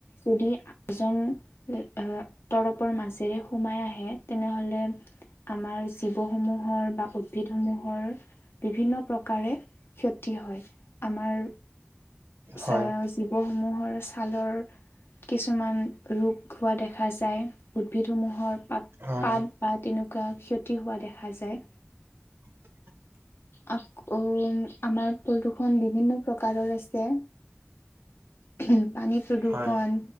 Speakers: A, on the left; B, on the right.
A: যদি আজন লি আ তৰপৰ মাজেৰে সোমাই আহে তেনেহলে আমাৰ জীৱসমূহৰ বা উদ্ভিদসমূহৰ বিভিন্ন প্ৰকাৰে ক্ষতি হয়, আমাৰ
B: হয়
A: চা জীৱসমূহৰ ছালৰ কিছুমান ৰোগ হোৱা দেখা যায়, উদ্ভিদসমূহৰ পাত
B: হয়
A: পাত বা তেনেকুৱা ক্ষতি হোৱা দেখা যায়।
B: <inaudible>
A: আকৌ আমাৰ প্ৰদূষণ বিভিন্ন প্ৰকাৰৰ আছে। উহুম পানী প্ৰদূষণ,
B: হয় হয়